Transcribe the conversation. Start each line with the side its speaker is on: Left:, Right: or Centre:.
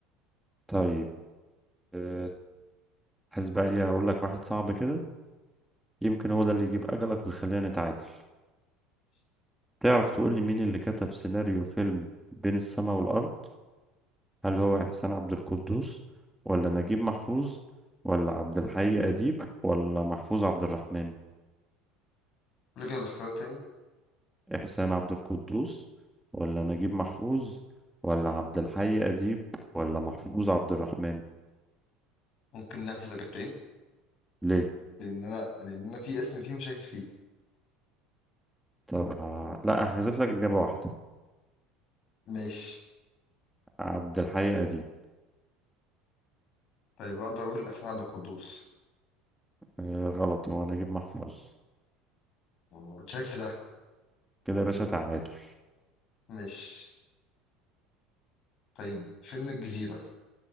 Centre: طيب آه، عايز بقى إيه أقول لك واحد صعب كده يمكن هو ده اللي يجيب أجلك ويخلينا نتعادل تعرف تقول لي مين اللي كتب سيناريو فيلم بين السماء والأرض هل هو إحسان عبد القدوس ولا نجيب محفوظ ولا عبد الحي أديب ولا محفوظ عبد الرحمن
Left: قول لي كده الاختيارات تاني
Centre: إحسان عبد القدوس ولا نجيب محفوظ ولا عبد الحي أديب ولا محفوظ عبد الرحمن
Left: ممكن نحذف إجابتين
Centre: ليه
Left: لأن أنا لأن أنا في اسم فيهم شاكك فيه
Centre: طب ه- لا هحذف لك إجابة واحدة
Left: ماشي
Centre: عبد الحي أديب
Left: طيب أقدر أقول أحسن عبد القدوس
Centre: آه غلط هو نجيب محفوظ
Left: ما كنتش شاكك في ده
Centre: كده يا باشا تعادل
Left: ماشي طيب فيلم الجزيرة